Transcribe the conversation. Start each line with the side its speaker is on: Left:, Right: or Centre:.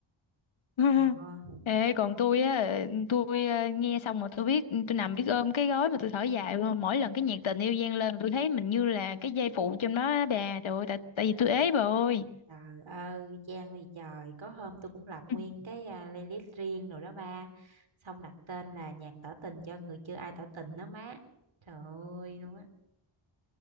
Left: <laughs>
Right: Ờ.
Left: Ê, còn tôi á, tôi à, nghe xong mà tôi biết, tôi nằm biết ôm cái gối mà tôi thở dài luôn. Mỗi lần cái nhạc tình yêu vang lên tôi thấy mình như là cái dây phụ trong đó á bà. Trời ơi, tại, tại vì tôi ế bà ơi.
Right: Trời ơi, Trang vì trời, có hôm tôi cũng lập nguyên
Left: <laughs>
Right: cái à, playlist riêng rồi đó ba. Xong đặt tên là nhạc tỏ tình cho người chưa ai tỏ tình đó má. Trời ơi luôn á.